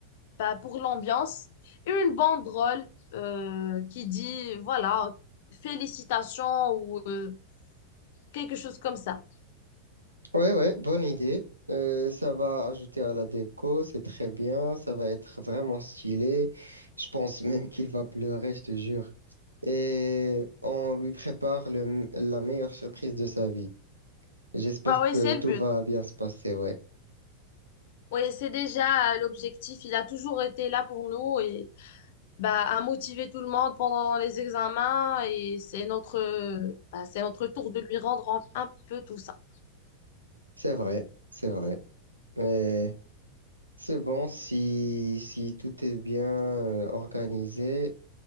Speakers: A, on the left; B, on the right.
A: bah, pour l'ambiance et une banderole euh, qui dit, voilà, félicitations ou euh, quelque chose comme ça.
B: Ouais, ouais, bonne idée. Euh, ça va ajouter à la déco, c'est très bien, ça va être vraiment stylé. Je pense même qu'il va pleurer, je te jure. Et on lui prépare le- la meilleure surprise de sa vie. J'espère
A: Ah oui,
B: que
A: c'est
B: tout
A: le but.
B: va bien se passer, ouais.
A: Oui, c'est déjà l'objectif. Il a toujours été là pour nous et bah, à motiver tout le monde pendant les examens et c'est notre, bah, c'est notre tour de lui rendre un un peu tout ça.
B: C'est vrai, c'est vrai. Mais c'est bon si, si tout est bien euh, organisé